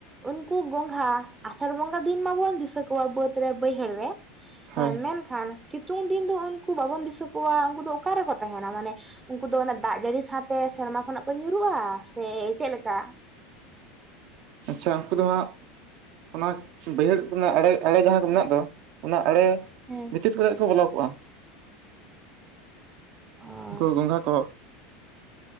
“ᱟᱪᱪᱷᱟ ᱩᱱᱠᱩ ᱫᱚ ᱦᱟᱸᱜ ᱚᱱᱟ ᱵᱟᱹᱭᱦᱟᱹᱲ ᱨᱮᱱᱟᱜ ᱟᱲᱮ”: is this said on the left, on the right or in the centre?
Right